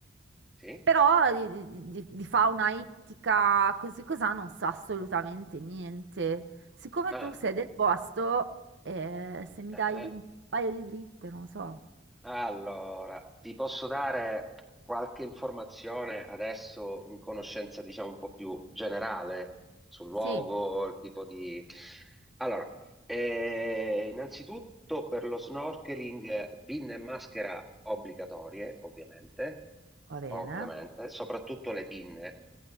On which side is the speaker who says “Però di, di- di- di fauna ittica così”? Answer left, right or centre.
Right